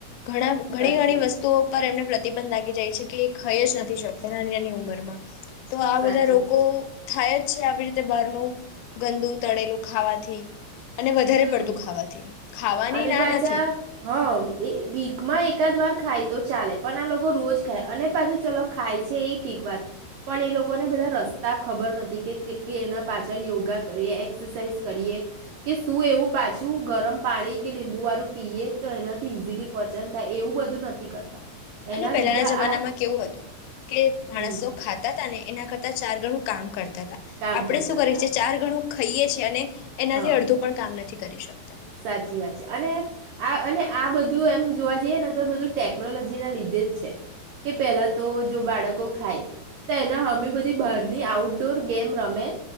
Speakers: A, on the left; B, on the right.
A: ઘણા ઘણી
B: સાચી
A: ઘણી
B: વાત
A: વસ્તુઓ ઉપર એમને પ્રતિબંધ લાગી જાય છે કે એ ખઈ જ નથી શકતા નાનીિયાની ઉંમરમાં તો આ
B: સાચી
A: બધા રોગો
B: વાત
A: થાય જ છે આવી રીતે બહારનું ગંદુ તળેલું ખાવાથી અને વધારે
B: હમ
A: પડતું ખાવાથી ખાવાની
B: અને
A: ના
B: પાછા
A: નથી
B: હા એ વીકમાં એકાદ વાર ખાય તો ચાલે પણ આ લોકો રોજ ખાય અને પાછું ચલો ખાય છે એ ઠીક વાત પણ એ લોકોને બધા રસ્તા ખબર નથી કે કેટલી એના પાછળ યોગા કરીએ એક્સરસાઇઝ કરીએ કે શું એવું પાછું ગરમ પાણી કે લીંબુ વાળું પીયે તો એનાથી ઈઝીલી પચન થાય એવું બધું નથી કરતા
A: અને
B: એના
A: પહેલાના
B: લીધે
A: જમાનામાં
B: આ
A: કેવું હતું કે માણસો
B: હમ
A: ખાતા જ એના કરતા ચાર ગણું કામ કરતા આપણે
B: કામ કરતા
A: શું કરીએ
B: હતા
A: છી ચાર ગણું ખાઈએ છીએ અને એનાથી
B: હા
A: અડધું પણ કામ નથી કરી શક
B: સાચી વાત છે અને આ અને આ બધું એમ જોવા જઈએ ને તો બધું ટેકનોલોજી ના લીધે જ છે કે પેલા તો જો બાળકો ખાય તો એના અમે બધી બહારની આઉટડોર ગેમ રમે